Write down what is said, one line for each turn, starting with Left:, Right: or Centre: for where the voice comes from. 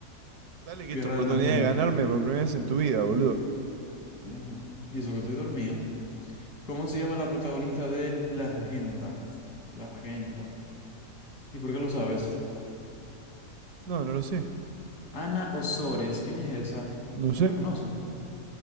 Right: Dale que
Left: Guerra
Right: es tu oportunidad
Left: de los Mundos.
Right: de ganarme por primera vez en tu vida, boludo.
Left: Dios mío. Y eso que estoy dormido. ¿Cómo se llama la protagonista de La Regenta? La Regenta. ¿Y por qué lo sabes?
Right: No, no lo sé.
Left: Ana Osores. ¿Quién es esa?
Right: No sé.
Left: ¿La conoces?